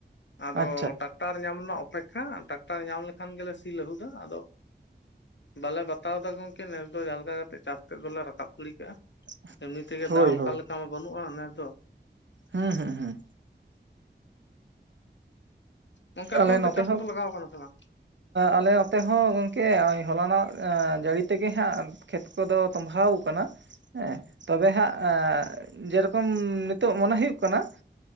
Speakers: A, on the left; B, on the right.
A: ᱟᱫᱚ
B: ᱟᱪᱪᱷᱟ
A: ᱴᱟᱠᱴᱟᱨ ᱧᱟᱢ ᱨᱮᱱᱟᱜ ᱚᱯᱮᱠᱷᱟ ᱴᱨᱟᱠᱴᱟᱨ ᱧᱟᱢ ᱞᱮᱠᱷᱟᱱ ᱜᱮᱞᱮ ᱥᱤ ᱞᱟᱹᱦᱩᱫᱟ ᱟᱫᱚ ᱵᱟᱞᱮ ᱵᱟᱛᱟᱣ ᱫᱟ ᱜᱚᱝᱠᱮ ᱱᱮᱥ ᱫᱚ ᱡᱟᱦᱟᱸ ᱞᱮᱠᱟ ᱠᱟᱛᱮᱫ ᱪᱟᱥ ᱛᱮᱫ ᱫᱚ ᱞᱮ ᱨᱟᱠᱟᱵ ᱜᱤᱲᱤ ᱠᱟᱜᱼᱟ
B: <inaudible>
A: ᱛᱮ ᱜᱮ
B: ᱦᱳᱭ
A: ᱫᱟᱜ ᱚᱱᱠᱟ
B: ᱦᱳᱭ
A: ᱞᱮᱠᱟ ᱢᱟ ᱵᱟᱹᱱᱩᱜᱼᱟ ᱱᱮᱥ ᱫᱚ
B: ᱦᱩᱸ ᱦᱩᱸ ᱦᱩᱸ
A: ᱜᱚᱝᱠᱮ ᱟᱯᱮ
B: ᱟᱞᱮ
A: ᱚᱱᱛᱮ
B: ᱱᱚᱛᱮ
A: ᱪᱟᱥ
B: ᱦᱚᱸ
A: ᱠᱚᱫᱚ ᱞᱟᱜᱟᱣ ᱠᱟᱱᱟ ᱥᱮ ᱵᱟᱝ
B: ᱟᱞᱮ ᱱᱚᱛᱮ ᱦᱚᱸ ᱜᱚᱝᱠᱮᱜ ᱦᱚᱭ ᱦᱚᱞᱟ ᱱᱟᱜ ᱡᱟᱹᱲᱤ ᱛᱮ ᱜᱮ ᱦᱟᱸᱜ ᱠᱷᱮᱛ ᱠᱚ ᱫᱚ ᱛᱚᱢᱵᱷᱟᱣ ᱟᱠᱟᱱᱟ ᱦᱮᱸ ᱛᱚᱵᱮ ᱦᱟᱸᱜ ᱡᱮ ᱨᱚᱠᱚᱢ ᱱᱤᱛᱚᱜ ᱢᱚᱱᱮ ᱦᱩᱭᱩᱜ ᱠᱟᱱᱟ